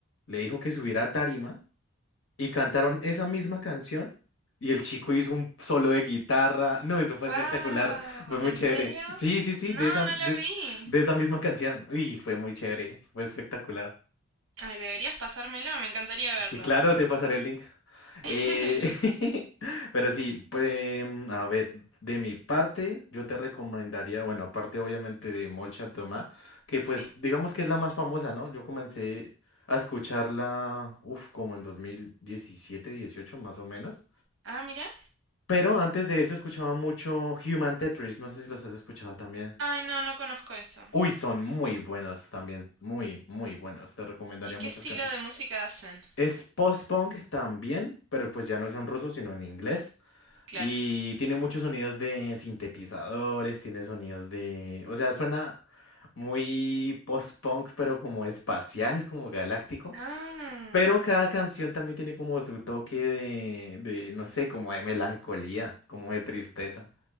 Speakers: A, on the left; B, on the right.
A: le dijo que subiera a tarima y cantaron esa misma canción y el chico hizo un solo de guitarra. No, eso fue
B: Wow,
A: espectacular, fue muy
B: ¿en
A: chévere.
B: serio?
A: Sí, sí, sí,
B: No,
A: de esa,
B: no
A: de,
B: lo vi.
A: de esa misma canción. Uy, fue muy chévere, fue espectacular.
B: Ay, deberías pasármelo, me encantaría verlo.
A: Sí, claro, te pasaré el link. Eh,
B: <laughs>
A: <laughs> pero sí, pues, mm, a ver, de mi parte, yo te recomendaría, bueno, aparte obviamente de Molchat Doma, que
B: Sí.
A: pues digamos que es la más famosa, ¿no? Yo comencé a escucharla, uff, como en dos mil diecisiete dieciocho más o menos.
B: Ah, mira.
A: Pero antes de eso escuchaba mucho Human Tetris, no sé si los has escuchado también.
B: Ay, no, no conozco eso.
A: Uy, son muy buenos también, muy, muy buenos. Te recomendaría
B: ¿Y
A: muchas
B: qué estilo
A: canciones.
B: de música hacen?
A: Es post-punk también, pero pues ya no es en ruso, sino en inglés.
B: Claro.
A: Y tiene muchos sonidos de sintetizadores, tiene sonidos de... O sea, suena muy post-punk, pero como espacial, como galáctico.
B: Ah,
A: Pero cada canción también tiene como su toque de, de, no sé, como de melancolía, como de tristeza.